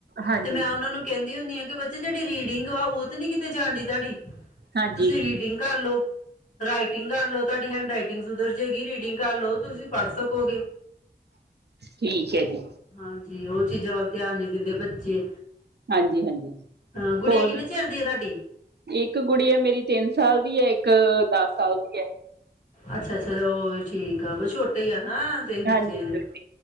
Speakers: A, on the right; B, on the left.
A: ਹਾਂਜੀ
B: ਤੇ ਮੈਂ ਉਹਨਾਂ ਨੂੰ ਕਹਿੰਦੀ ਹੁੰਦੀ ਆ ਕਿ ਬੱਚੇ ਜਿਹੜੀ ਰੀਡਿੰਗ ਵਾ, ਉਹ ਤੇ ਨੀ ਕਿਤੇ ਜਾਣਦੀ ਤੁਹਾਡੀ।
A: ਹਾਂਜੀ
B: ਤੁਸੀਂ ਰੀਡਿੰਗ ਕਰ ਲਓ। ਰਾਈਟਿੰਗ ਕਰ ਲਓ, ਤੁਹਾਡੀ ਹੈਂਡ ਰਈਟਿੰਗ ਸੁਧਰ ਜਾਵੇਗੀ। ਰੀਡਿੰਗ ਕਰ ਲਓ, ਤੁਸੀਂ ਪੜ੍ਹ ਸਕੋਗੇ।
A: ਠੀਕ ਏ ਜੀ।
B: ਹਾਂਜੀ, ਉਹ ਚੀਜ਼ਾਂ ਵੱਲ ਧਿਆਨ ਨੀ ਦਿੰਦੇ ਬੱਚੇ
A: ਹਾਂਜੀ ਹਾਂਜੀ
B: ਹਾਂ, ਗੁੜੀਆਂ
A: ਹੋਰ
B: ਕਿੰਨੇ
A: ਦੱਸੋ?
B: ਚਿਰ ਦੀ ਹੈ ਤੁਹਾਡੀ?
A: ਇੱਕ ਗੁੜੀਆ ਮੇਰੀ ਤਿੰਨ ਸਾਲ ਦੀ ਐ। ਇੱਕ ਦਸ ਸਾਲ ਦੀ ਐ।
B: ਅੱਛਾ-ਅੱਛਾ, ਉਹਹੀ ਠੀਕ ਆ ਛੋਟੇ ਹੀ ਆ ਨਾ।
A: ਹਾਂਜੀ। ਛੋਟੀ
B: ਹਾਂ,